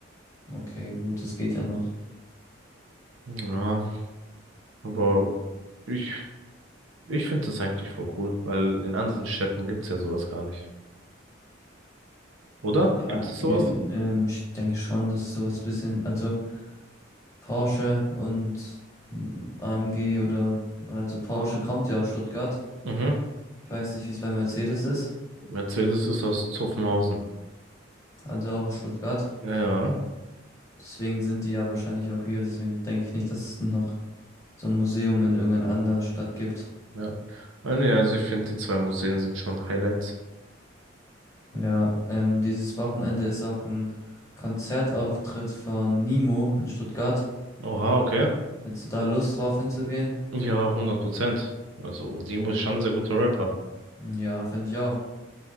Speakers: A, on the left; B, on the right.
A: Okay, gut, das geht ja noch.
B: Ja, aber ich, ich finde das eigentlich voll cool, weil in anderen Städten gibt's ja sowas gar nicht. Oder?
A: Ja,
B: Gibt es sowas?
A: ähm, ähm, ich denke schon, dass sowas bisschen, also Porsche und mm, AMG oder, also Porsche kommt ja aus Stuttgart.
B: Mhm.
A: Ich weiß nicht, wie es bei Mercedes ist,
B: Mercedes ist aus Zuffenhausen.
A: also auch aus Stuttgart.
B: Ja, ja.
A: Deswegen sind die ja wahrscheinlich auch hier. Deswegen denke ich nicht, dass es noch so ein Museum in irgendeiner anderen Stadt gibt.
B: ja. Ah, nee, also ich finde, die zwei Museen sind schon Highlights.
A: Ja, ähm, dieses Wochenende ist auch ein Konzertauftritt von Nemo in Stuttgart.
B: Oha, okay.
A: Hättest du da Lust drauf hinzugehen?
B: Ja, 100 Prozent. Also, Dimo ist schon ein sehr guter Rapper.
A: Ja, finde ich auch.